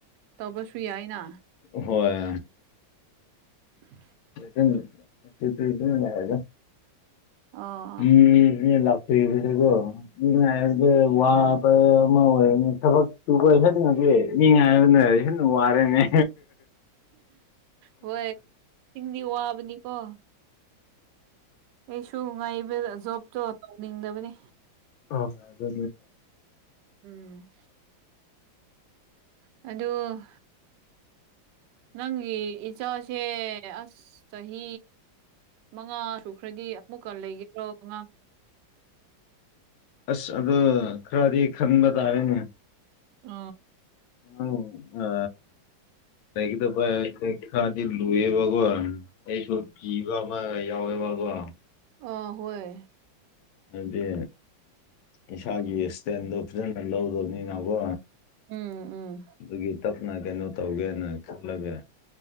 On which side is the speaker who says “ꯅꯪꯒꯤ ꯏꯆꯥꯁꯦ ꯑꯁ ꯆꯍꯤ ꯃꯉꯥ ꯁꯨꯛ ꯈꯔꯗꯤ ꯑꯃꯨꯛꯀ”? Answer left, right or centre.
Right